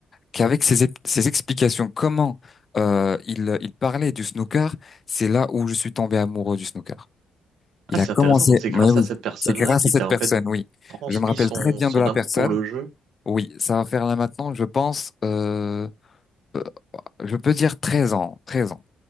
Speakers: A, on the left; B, on the right.
A: qu'avec ses, ép- ses explications, comment euh, il, il parlait du snooker, c'est là où je suis tombé amoureux du snooker. Il
B: Ah,
A: a
B: c'est
A: commencé,
B: intéressant. Donc, c'est
A: mais
B: grâce
A: oui,
B: à cette personne-là
A: c'est grâce
B: qui
A: à cette
B: t'a
A: personne,
B: en fait
A: oui.
B: transmis
A: Je me rappelle
B: son,
A: très bien
B: son
A: de la
B: amour
A: personne.
B: pour le jeu.
A: Oui, ça va faire là maintenant, je pense, euh, euh, je peux dire 13 ans, Treize ans